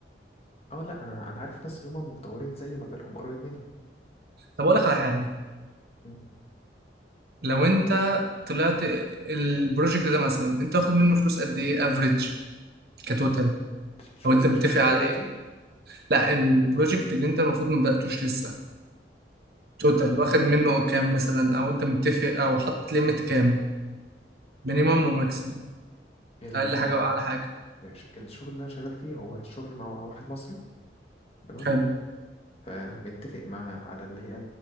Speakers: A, on the left; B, on the right.
A: اه لا انا انا عارف ناس اللي هم مطورين زي مجالهم قريب مني
B: طب اقول لك على حاجه
A: مم.
B: لو انت طلعت البروجكت ده مثلا انت واخد منه فلوس قد ايه افريج كتوتال
A: الشغل
B: او انت
A: اللي انا
B: متفق
A: شغال فيه
B: على
A: دلوقتي
B: ايه لا البروجكت اللي انت المفروض ما بداتوش لسه توتال واخد منه كام مثلا او انت متفق او حاطط ليميت كام مينيمم وماكسيمم
A: مم.
B: اقل حاجه واعلى حاجه
A: ماشي الشغل اللي انا شغال فيه هو الشغل مع واحد مصري تمام
B: حلو
A: فمتفق معاه على اللي هي